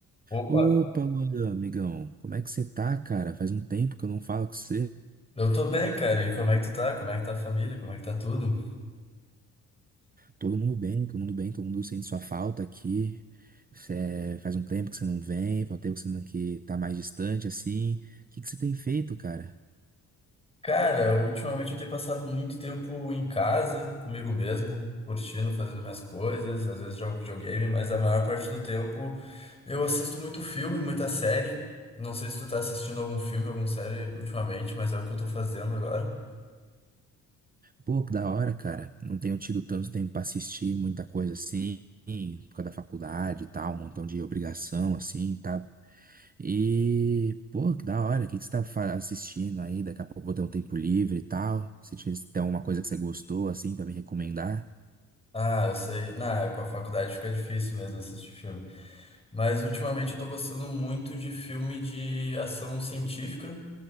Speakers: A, on the left (about 15°); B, on the right (about 25°).
A: Opa,
B: Opa, Luan, amigão, como é que você tá, cara? Faz um tempo que eu não falo com você.
A: eu tô bem, cara. E como é que tu tá? Como é que tá a família? Como é que tá tudo?
B: Todo mundo bem, todo mundo bem, todo mundo sente sua falta aqui. Cê- faz um tempo que você não vem, faz um tempo que você não, que tá mais distante, assim. O que que você tem feito, cara?
A: Cara, ultimamente eu tenho passado muito tempo em casa, comigo mesmo, curtindo, fazendo minhas coisas, às vezes jogo videogame, mas a maior parte do tempo eu assisto muito filme, muita série. Não sei se tu tá assistindo algum filme, alguma série ultimamente, mas é o que eu tô fazendo agora.
B: Pô, que da hora, cara. Não tenho tido tanto tempo pra assistir muita coisa assim, por causa da faculdade e tal, um montão de obrigação, assim, tá E, pô, que da hora, o que que você tá fa- assistindo aí? Daqui a pouco eu vou ter um tempo livre e tal. Se tiver- se tem alguma coisa que você gostou, assim, pra me recomendar.
A: Ah, eu sei. Na, com a faculdade fica difícil mesmo assistir filme. Mas ultimamente eu tô gostando muito de filme de ação científica.